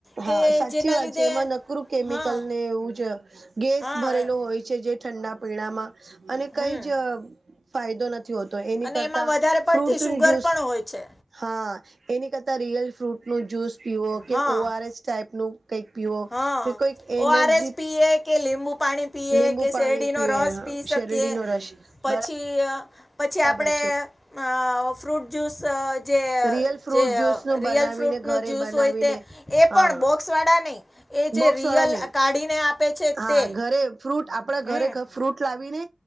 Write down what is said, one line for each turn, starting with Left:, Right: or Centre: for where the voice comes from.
Right: હા
Left: કે
Right: સાચી
Left: જેના
Right: વાત
Left: લીધે
Right: છે એમાં નકરું કેમિકલ
Left: હા
Right: ને એવું જ ગેસ
Left: હા
Right: ભરેલો હોય છે જે ઠંડા પીણામાં અને કંઈ
Left: હમ
Right: જ... અ ફાયદો નથી હોતો. એની
Left: અને
Right: કરતા
Left: એમાં વધારે
Right: ફ્રૂટ
Left: પડતી શુગર
Right: નું જ્યુસ
Left: પણ હોય છે
Right: હા એની કરતાં રિયલ ફ્રૂટનું જ્યુસ પીવો કે
Left: હા
Right: ઓ આર એસ ટાઈપનું કંઈક પીવો
Left: હા
Right: કે કઈક એનર્જી
Left: ઓઆરએસ પીએ કે લીંબુ પાણી પીએ
Right: લીંબુ
Left: કે
Right: પાણી
Left: શેરડીનો
Right: પીવે
Left: રસ પી શકીએ...
Right: શેરડીનો રસ
Left: પછી
Right: બરા
Left: અ પછી
Right: બરાબર
Left: આપડે અ
Right: છે
Left: અ... ફ્રૂટ જ્યુસ અ જે અ
Right: રિયલ ફ્રૂટ
Left: જે
Right: જ્યુસ
Left: અ
Right: નું બનાવીને
Left: રિયલ ફ્રૂટનું
Right: ઘરે
Left: જ્યુસ
Right: બનાવીને
Left: હોય તે એ
Right: હા
Left: પણ બોક્સવાળા નહીં. એ જે
Right: બોક્સ
Left: રિયલ
Right: વાળા નહી...
Left: કાઢીને આપે છે
Right: હા
Left: તે
Right: ઘરે ફ્રૂટ આપણા ઘરે
Left: હમ
Right: ફ્રૂટ લાવીને